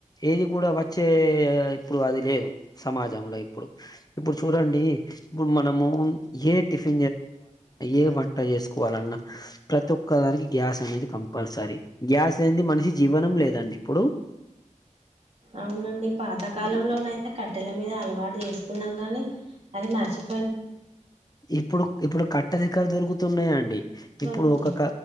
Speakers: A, on the left (about 30°); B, on the right (about 50°).
A: ఏది కూడా వచ్చే ఇప్పుడు అది లేదు సమాజంలో ఇప్పుడు ఇప్పుడు చూడండి ఇప్పుడు మనము ఏ టిఫిన్ చేసుకోవాలన్నా, ఏ వంట చేసుకోవాలన్నా ప్రతి ఒక్కదానికి గ్యాస్ అనేది కంపల్సరీ గ్యాస్ లేనిది మనిషి జీవనం లేదండి ఇప్పుడు
B: అవునండి పాతకాలంలోనయితే
A: ఇ-
B: కాటే కట్టల మీద అలవాటు చేసుకున్నాం గానీ అది మర్చిపోయినట్టు అయింది,
A: ఇప్పుడు ఇప్పుడు కట్టెలు ఎక్కడ దొరుకుతున్నాయా అండి
B: దొరుకుతాయి
A: ఇప్పుడు ఒక క